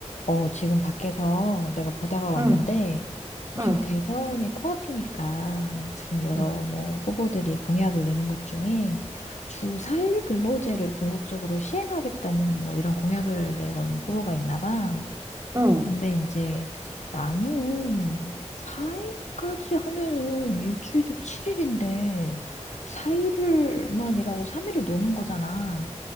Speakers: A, on the left; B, on the right.
A: 어, 지금 밖에서 내가 보다가 왔는데,
B: 응, 응,
A: 지금 대선이 코앞이니까, 지금 여러
B: 응,
A: 뭐 후보들이 공약을 내는 것 중에 주 4일 근로제를 궁극적으로 시행하겠다는 뭐 이런 공약을 내건 후보가 있나 봐.
B: 응,
A: 근데 이제 나는 4일까지 하면은 일주일이 7일인데, 4일을만이라고 3일을 노는 거잖아.